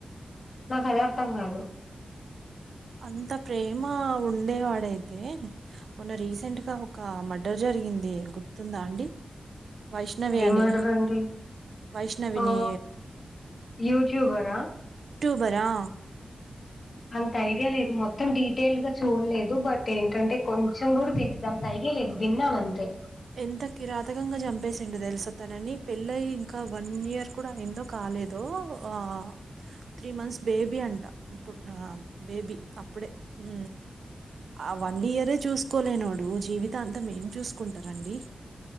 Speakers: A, on the left; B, on the right.
A: నాకు అదే అర్థం కాదు
B: అంత ప్రేమ ఉండేవాడైతే మొన్న రీసెంట్ గా ఒక మర్డర్ జ గింది గుర్తుందా అండి వైష్ణవి
A: ఏ
B: అని
A: మర్డర్ అండి
B: వైష్ణవిని
A: ఆ యూట్యూబర
B: బరా
A: అంత ఐడియా లేదు మొత్తం డీటెయిల్ గా చూడలేదు బట్ ఏంటంటే కొంచెం కూడా తెలీదు అంతై ఏ లే విన్నామంతే
B: ఎంత కిరాతకంగా చం ప్పేసిండు తెలుసా తనని పెళ్ళయి ఇంకా వన్ ఇయర్ కూడా ఎందో కాలేదు ఆ త్రీ మంత్స్ బేబీ అంట ఇప్పు నా బేబీ అప్పుడే ఉ ఆ వన్ ఇయరే చూస్ కోలేనోడు జీవితాంతం ఏం చూసుకుంటారండి